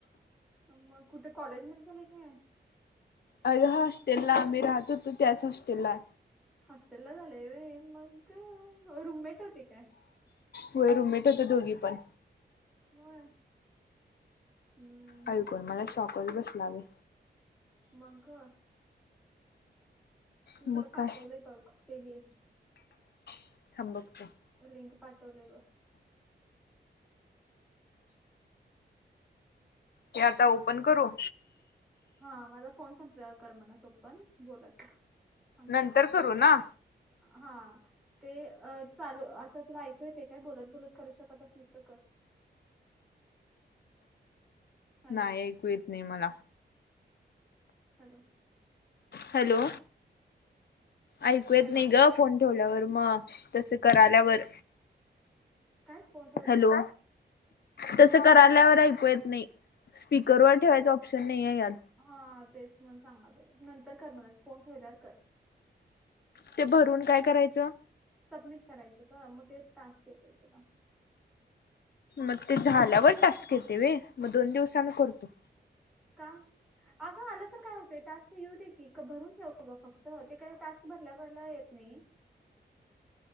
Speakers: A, in the centre; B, on the left.
A: मग कुठे कॉलेज मधी झालंय काय
B: अ हॉस्टेलला आम्ही राहत होतो त्याच हॉस्टेलला
A: हॉस्टेल ला झालंय व्हय मग रुममेट होती काय
B: होय रूममेट होत्या दोघी पण
A: होय हम्म,
B: ऐकून
A: हम्म,
B: मला
A: हम्म.
B: शॉकस बसला बाई
A: मग ग? मी
B: मग
A: तुला पाठवलंय
B: काय
A: बघ ते हे
B: <unintelligible>
A: लिंक पाठवलेले बघ.
B: हे आता ओपन करू.
A: हा माझा फोन संपला करमनासोपन बोलात सांगते
B: नंतर
A: तु
B: करू ना
A: हा ते चालू असं तुला ऐकू येतेय काय बोलत बोलत करू शकत असलीस तर कर हॅलो
B: नाही ऐकू येत नाही मला
A: हॅलो
B: हॅलो ऐकू येत
A: हॅलो
B: नाही ग फोन ठेवल्यावर मग तसं क आल्यावर
A: काय कोणत्या
B: हॅलो तसं करायल्यावर ऐकू येत नाही स्पीकरवर ठेवायचं ऑप्शन नाही आहे यात
A: हा तेच मण सांगात नंतर कर म्हण फोन ठेवल्यावर कर-
B: ते भरून काय करायचं?
A: सबमिट करायचं का मग ते तास येतोय तुला.
B: मग ते झाल्यावर टास्क येते वे मग दोन दिवस आम्ही करतो.
A: का? अगं आलं तर काय होते टास्क घऊ दे की भरून ठेवू ग फक्त ते काही टास्क भरल्या भरला येत नाही.